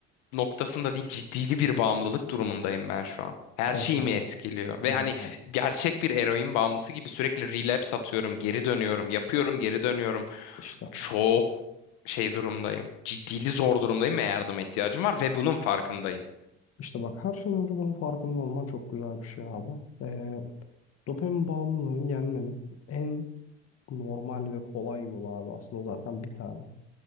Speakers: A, on the left; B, on the left.
A: noktasında değil ciddili bir bağımlılık durumundayım ben şu an. Her
B: Evet
A: şeyimi
B: abi.
A: etkiliyor. Ve
B: Evet
A: hani
B: abi.
A: gerçek bir eroin bağımlısı gibi sürekli relapse atıyorum, geri dönüyorum, yapıyorum, geri dönüyorum.
B: İşte.
A: Çok şey durumdayım. Ciddili zor durumdayım ve yardıma ihtiyacım var ve bunun farkındayım.
B: İşte bak her şeyden önce bunun farkında olman çok güzel bir şey abi. Ee, dopamin bağımlılığını yenmenin en normal ve kolay yolu abi aslında zaten bir tane.